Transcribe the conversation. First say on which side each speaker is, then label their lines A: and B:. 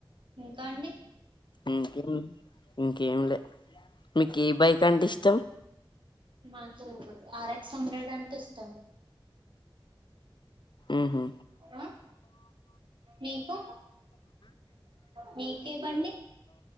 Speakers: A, on the right (about 60°); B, on the left (about 55°).
A: ఇంకా అండి
B: ఇంకేం ఇంకేం లే మీక్ ఏ బైక్ అంటే ఇష్టం
A: మాతో ఆర్ ఎక్స్ హండ్రెడ్ అంటే ఇష్టం
B: ఉహు
A: ఆ మీకు మీకే బండి